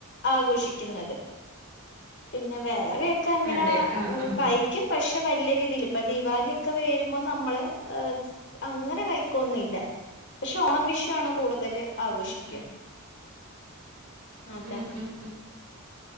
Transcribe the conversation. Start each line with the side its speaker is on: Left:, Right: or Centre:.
Left: ആഘോഷിക്കുന്നത് പിന്നെ വേറെയക്കെ അങ്ങനാ
Right: അതെ ആഹ് ആഹ്
Left: കൈ
Right: ആഹ്
Left: ക്കും പക്ഷെ വല്ല്യ രീതീല് ഇപ്പ ദീപാലിയൊക്കെ വരുമ്പോ നമ്മള് അങ്ങനെ കഴിക്കൊന്നുംല്ല പക്ഷെ ഓണം വിഷുആണ് കൂടുതല് ആഘോഷിക്കാ
Right: ഉം ഉം
Left: അതെ
Right: ഉം ഉം